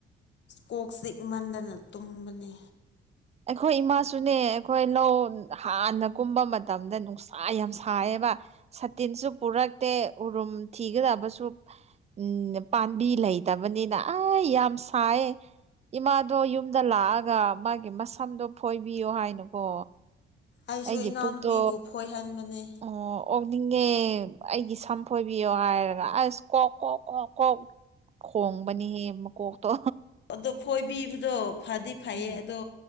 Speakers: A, on the left (about 60°); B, on the right (about 35°).
A: ꯀꯣꯛ ꯆꯤꯛꯃꯟꯗꯅ ꯇꯨꯝꯕꯅꯦ
B: ꯑꯩꯈꯣꯏ ꯏꯃꯥꯁꯨꯅꯦ ꯑꯩꯈꯣꯏ ꯂꯧ ꯍꯥꯟꯅ ꯀꯨꯝꯕ ꯃꯇꯝꯗ ꯅꯨꯡꯁꯥ ꯌꯥꯝ ꯁꯥꯏꯌꯦꯕ ꯁꯥꯇꯤꯟꯁꯨ ꯄꯨꯔꯛꯇꯦ ꯎꯔꯨꯝ ꯊꯤꯒꯥꯗꯕꯁꯨ ꯎꯝ ꯄꯥꯝꯕꯤ ꯂꯩꯇꯥꯕꯅꯤꯅ ꯑꯥ ꯌꯥꯝ ꯁꯥꯏꯌꯦ ꯏꯃꯥꯗꯣ ꯌꯨꯝꯗ ꯂꯥꯛꯑꯥꯒ ꯃꯥꯒꯤ ꯃꯁꯝꯗꯣ ꯐꯣꯏꯕꯤꯌꯣ ꯍꯥꯏꯅꯀꯣ
A: ꯑꯩꯁꯨ
B: ꯑꯩꯒꯤ
A: ꯏꯅꯥꯎꯅꯨꯄꯤꯕꯨ
B: ꯄꯨꯛꯇꯣ
A: ꯐꯣꯏꯍꯟꯕꯅꯦ
B: ꯑꯣ ꯑꯣꯛꯅꯤꯡꯉꯦ ꯑꯩꯒꯤ ꯁꯝ ꯐꯣꯏꯕꯤꯌꯣ ꯍꯥꯏꯔꯒ ꯑꯁ ꯀꯣꯛ ꯀꯣꯛ ꯀꯣꯛ ꯀꯣꯛ ꯈꯣꯡꯕꯅꯤꯍꯦ ꯃꯀꯣꯛꯇꯣ
A: ꯑꯗꯣ ꯐꯣꯏꯕꯤꯕꯗꯣ ꯐꯥꯗꯤ ꯐꯩꯌꯦ
B: ꯎꯝ
A: ꯑꯗꯣ